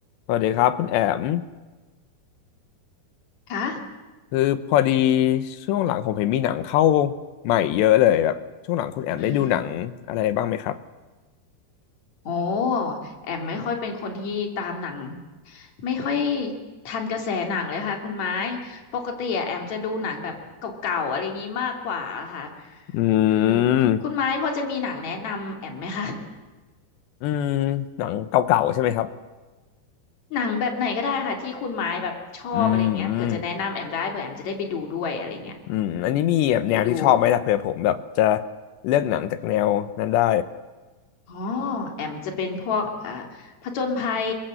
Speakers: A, on the left; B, on the left.
A: สวัสดีครับคุณแอม
B: คะ
A: คือพอดีช่วงหลังผมเห็นมีหนังเข้าใหม่เยอะเลยแบบช่วงหลังคุณแอมได้ดูหนังอะไรบ้างไหมครับ
B: อืมโอ้แอมไม่ค่อยเป็นคนที่ตามหนังไม่ค่อยทันกระแสหนังเลยค่ะคุณไม้ปกติอะแอมจะดูหนังแบบเก่าๆอะไรอย่างี้มากกว่าอะค่ะ
A: อืม
B: อืมคุณไม้พอจะมีหนังแนะนำแอมไหมคะ
A: อืมหนังเก่าๆใช่ไหมครับ
B: หนังแบบไหนก็ได้ค่ะที่คุณไม้แบบชอบอะไรอย่างเงี้ยเผื่อจะแนะนำแอมได้เผื่อแอมจะได้ไปดูด้วยอะไรอย่างเงี้ย
A: อืมอืมอืมอันนี้มีแบบแนวที่ชอบไหมล่ะเผื่อผมแบบจะ
B: ไปดู
A: เลือกหนังจากแนวนั้นได้
B: อ๋อแอมจะเป็นพวกอ่าผจญภัย